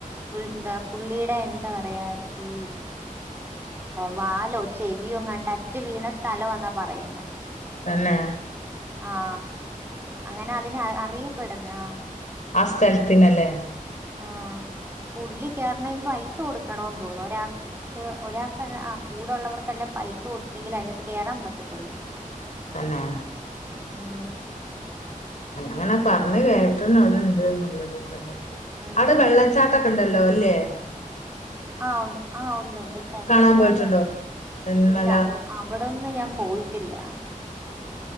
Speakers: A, on the right; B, on the left.
A: എന്താ പുള്ളിയുടെ എന്താ പറയാ ഈ വാലോ ചെവിയോങ്ങാണ്ട അറ്റുവീണ സ്ഥലവാന്ന പറയുന്നേ
B: തന്നെ..
A: ആഹ് അങ്ങനെ അതിനെ അറിയപ്പെട <unintelligible> ആ
B: അസ്ഥലത്തിനല്ലേ
A: ആ പുള്ളി കയറണങ്കി പൈസ കൊടുക്കണന്ന് തോന്നുന്നു ഒരാൾക്ക് ഒരാ ആ കൂടെള്ളവർക്കെല്ലാം പൈസ കൊടുത്തെങ്കിൽ അതിനകത്ത് കയറാൻ പറ്റത്തുള്ളൂ
B: തന്നെ
A: മ്
B: അങ്ങനെ പറഞ്ഞഞ് കേട്ടണ്ട് അവിടെ ഇണ്ട്ന്നുള്ളത് കൊല്ലട്ട
A: ഉം
B: അവിടെ വെള്ളച്ചാട്ടൊക്ക ക്കണ്ടല്ലോ അല്ലേ
A: ആ ഉ ആ ഉണ്ട് ഉണ്ട് തെന്മല
B: കാണാൻ പോയിട്ടുണ്ടോ തെന്മല
A: ഇല്ല അത അവിടൊന്നും ഞാൻ പോയിട്ടില്ല